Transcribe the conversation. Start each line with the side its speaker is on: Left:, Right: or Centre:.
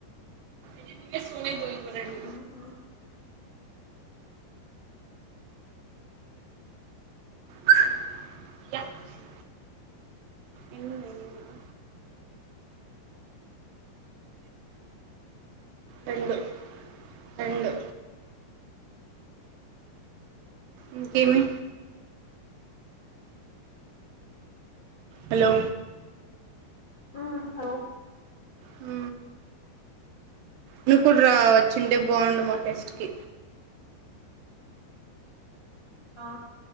Right: ఇవి వేసుకునేకు ఇంకో రెండు
Left: మ్హు
Right: ఇయచ్చు ఎన్న నీదా రెండు రెండు ఇంకే మీ హలో
Left: ఆ హలో
Right: హ్ నువ్వు కూడా రా వచ్చుంటే బాగుండు. మా ఫెస్ట్ కి
Left: ఆ